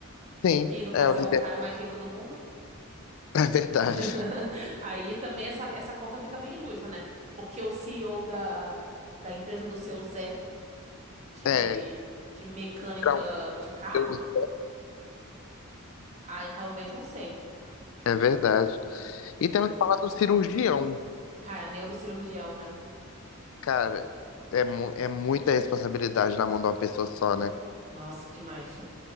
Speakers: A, on the left; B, on the right.
A: sim.
B: que no caso
A: É, o líder.
B: é o cara
A: <laughs>
B: mais rico do mundo,
A: É verdade.
B: <laughs> aí também essa, essa conta fica meio injusta, né? Porque o CEO da, da empresa do seu Zé de,
A: É,
B: de mecânica
A: tirar um CEO.
B: de carro, aí talvez, não sei.
A: é verdade. E temos que falar do cirurgião.
B: Cara, neurocirurgião, né?
A: Cara, é, mu- é muita responsabilidade na mão de uma pessoa só, né?
B: Nossa, demais.